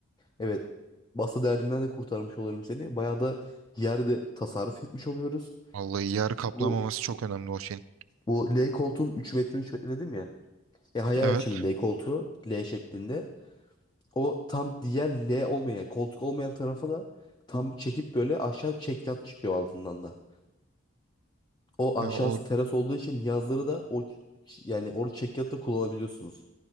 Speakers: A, on the left (about 20°); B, on the right (about 80°).
A: evet masa derdinden de kurtarmış olurum seni. Bayağı da yerde tasarruf etmiş oluyoruz.
B: Vallahi yer kaplamaması
A: Bu
B: çok önemli o şeyin.
A: Bu L koltuğun 3 metre 3 metre dedim ya. E hayal
B: Evet.
A: et şimdi L koltuğu L şeklinde. O tam diğer L olmayan koltuk olmayan tarafa da tam çekip böyle aşağı çekyat çıkıyor altından da. O aşağısı
B: Ya o
A: teras olduğu için yazları da o ç- yani orada çekyat da kullanabiliyorsunuz.